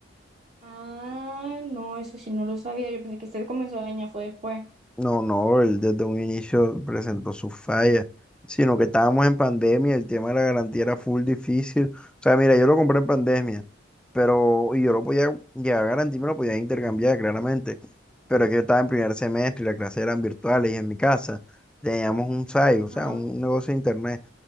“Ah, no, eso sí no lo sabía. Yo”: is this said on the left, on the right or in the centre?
Right